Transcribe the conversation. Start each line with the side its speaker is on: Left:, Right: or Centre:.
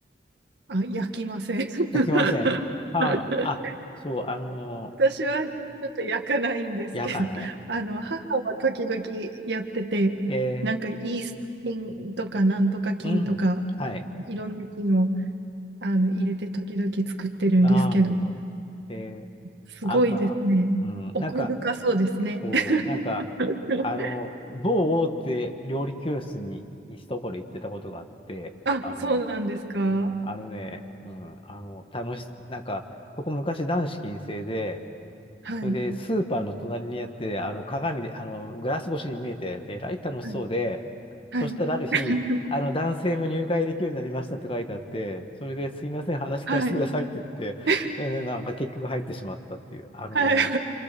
Right: あ、焼きません。<laughs>
Left: 焼きません。パン。あ、そう、あのー
Right: 私はちょっと焼かないんですけど、
Left: 焼かない。
Right: あの、母は時々やってて、
Left: え
Right: なんかイースト菌とかなんとか菌とか、
Left: ー、うん。はい。
Right: いろんな菌をあの入れて時々作ってるんですけど、
Left: ああ、ほんと。ええ
Right: すごいですね。
Left: なんか、うん、
Right: 奥深そうですね。
Left: なんか、そう、
Right: <laughs>
Left: なんか、あの、某大手料理教室に一ところ行ってたことがあって、
Right: あ、
Left: あの、
Right: そうなんですか。
Left: うん、あのね、うん、あの、楽し、なんか、そこ昔男子禁制で、
Right: はい。
Left: それでスーパーの隣にあって、あの、鏡で、あの、グラス越しに見えて、えらい楽しそうで、
Right: はい。はい。
Left: そしたらある日、
Right: <laughs>
Left: あの、男性も入会できるようになりましたって書いてあって、それですいません、話聞かせてくださいって言って、
Right: はい。<laughs>
Left: えーなんか結局入ってしまったっていう、あの、
Right: はい。